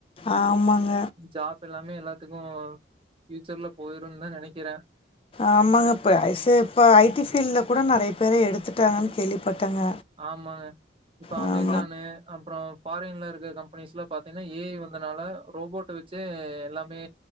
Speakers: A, on the left (about 30°); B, on the right (about 30°).
A: ஆமாங்க
B: ஜாப் எல்லாமே எல்லாத்துக்கும் ஃபியூச்சர்ல போயிருன் தா நெனைக்கிறே
A: ஆமாங்க இப்போ ஐ ச இப்போ ஐ டி ஃபீல்ட்ல் கூட நெறைய பேர எடுத்துட்டாங்கன்னு கேள்விப்பட்டேங்க
B: ஆமாங்க இப்ப
A: ஆ
B: அமேசானு அப்புறோ ஃபாரின்ல இருக்க கம்பெனிஸ்ல பாத்தீங்கன்னா ஏ இ வந்தனால ரோபோட்டு வெச்சே எல்லாமே